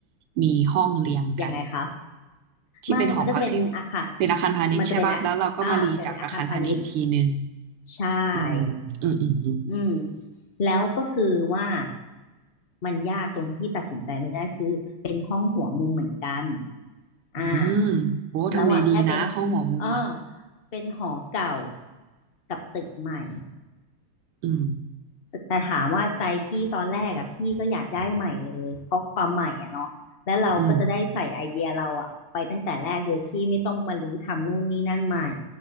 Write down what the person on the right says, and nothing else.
มีห้องเรียงกัน
ที่เป็นหอพักที่
เป็นอาคารพาณิชย์ใช่ป่ะแล้วเราก็มารีจากอาคารพาณิชย์อีกทีนึง
อืมอืมอืมอืม
อืมโอ้ทำเลดีนะห้องหัวมุมอ่ะ
อืม
อืม